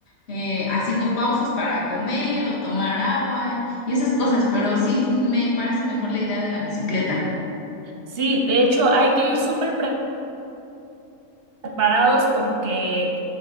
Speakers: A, on the left (about 45°); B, on the right (about 45°).
A: eh, haciendo pausas para comer o tomar agua y esas cosas. Pero sí, me parece mejor la idea de la bicicleta.
B: Sí, de hecho hay que ir súper preparados porque